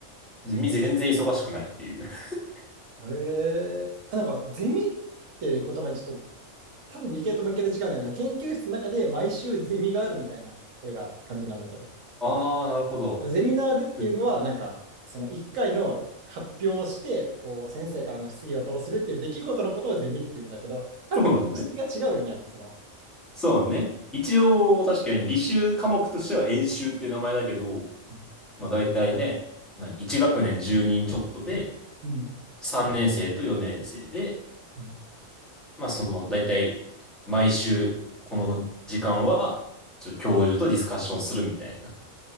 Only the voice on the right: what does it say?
えーなんか、ゼミっていう言葉にちょっと、多分理系と文系で違うんだよな。研究室の中で毎週ゼミがあるみたいな、これら感じなんだけど。
ゼミナールっていうのは、
なんか、その1回の発表をして、こう、先生からの質疑応答をするっていう出来事のことをゼミっていうんだけど、多分、
質が違うよね、その。
うん。
うん。
うん